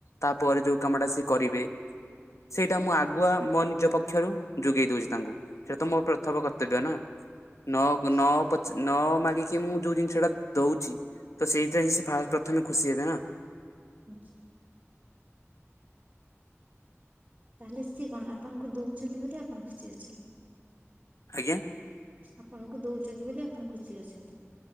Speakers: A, on the left (about 90°); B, on the right (about 25°).
A: ତା ପରେ ଯୋଉଁ କାମ ଟା ସେ କରିବେ ସେଇଟା ମୁଁ ଆଗୁଆ ମୋ ନିଜ ପକ୍ଷରୁ ଯୋଗେଇ ଦଉଛି ତାଙ୍କୁ ସେଇଟା ତ ମୁଁ ପ୍ରଥମ କର୍ତ୍ତବ୍ୟ ନାଁ? ନଅ
B: ଆଚ୍ଛା।
A: କୁ ନଅ ପଚ୍ ନଅ ମାଗିକି ମୁଁ ଯୋଉ ଜିନିଷ ଟା ଦଉଛି ତ ସେଇଟା ହିଁ ସେ ଫା ପ୍ରଥମେ ଖୁସି ହେବେ ନାଁ।
B: ହୁଁ ଛି। ତାହେଲେ ସିଏ କଣ ଆପଣଙ୍କୁ ଦଉଛନ୍ତି ବୋଲି ଆପଣ ଖୁସି ଅଛନ୍ତି?
A: ଆଜ୍ଞା।
B: ଆପଣଙ୍କୁ ଦଉଛନ୍ତି ବୋଲି ଆପଣ ଖୁସି ଅଛନ୍ତି।